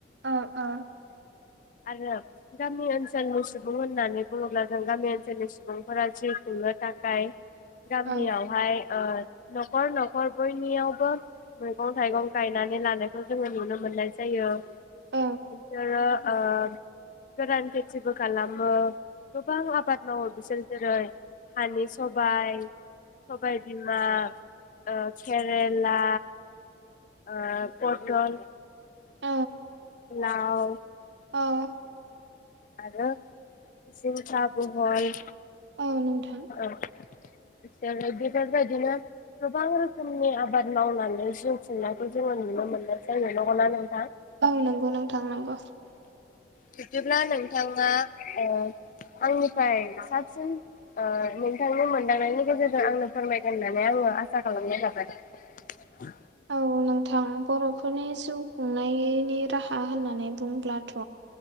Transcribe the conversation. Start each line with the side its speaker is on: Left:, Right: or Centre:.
Right: ओ ओ
Left: आरो गामि ओनसोलनि सुबुं होननानै बुङोब्ला जों गामि ओनसोलनि सु बुंफोरा जिउ खुंनो थाखाय गामियावहाय
Right: औ
Left: ओ न'खर न'खर बयनियावबो मैगं थाइगं गायनानै लानायखौ जोङो नुनो मोननाय जायो।
Right: औ
Left: बिसारो ओ गोरान खेथिबो खालामो। गोबां आबाद मावो। जों जेरै हानि सबाय, सबाय बिमा ओ खेरे ला ओ पटल
Right: औ
Left: लाव
Right: औ
Left: आरो जिंखा बहल
Right: औ नोंथां।
Left: ओ बिसोरो बेफोरबायदिनो गोबां रोखोमनि आबाद मावनानै जिउ खुंनायखौ जोङो नुनो मोननाय जायो नंगौ ना नों
Right: औ नंगौ नोंथां नंंगौ।
Left: बिदिब्ला नों थांङा ओ आंनिफ्राय साबसिन ओ नोंथांनि मोनदांनायनि गेजेरजों आंनो फोरमायगोन होननानै आङो आसा खालामनाय थाबाय।
Right: औ नोंथां। बर'फोरनि जिउखुं नाय नि राहा होननानै बुंब्लाथ